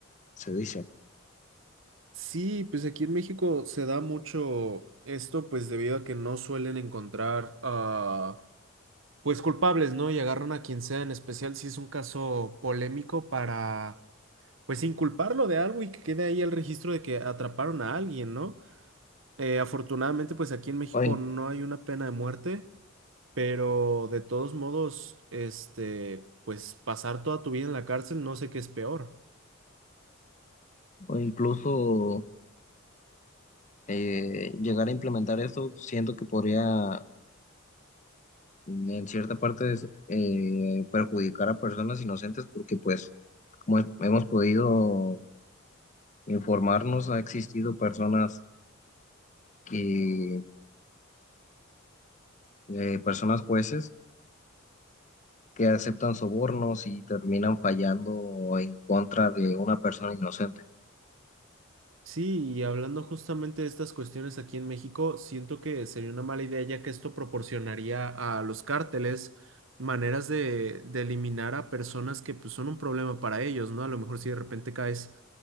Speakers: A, on the left; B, on the right.
A: se dice.
B: Sí, pues aquí en México se da mucho esto pues debido a que no suelen encontrar ah, pues culpables, ¿no? Y agarran a quien sea, en especial si es un caso polémico para pues inculparlo de algo y que quede ahí el registro de que atraparon a alguien, ¿no? Eh, afortunadamente, pues aquí en México
A: O, in-
B: no hay una pena de muerte, pero de todos modos, este, pues pasar toda tu vida en la cárcel no sé qué es peor.
A: o incluso eh, llegar a implementar esto, siento que podría en cierta parte es- eh, perjudicar a personas inocentes porque pues como he- hemos podido informarnos, ha existido personas que, eh, personas jueces que aceptan sobornos y terminan fallando en contra de una persona inocente.
B: Sí, y hablando justamente de estas cuestiones aquí en México, siento que sería una mala idea ya que esto proporcionaría a los cárteles maneras de, de eliminar a personas que pues, son un problema para ellos, ¿no? A lo mejor si de repente caes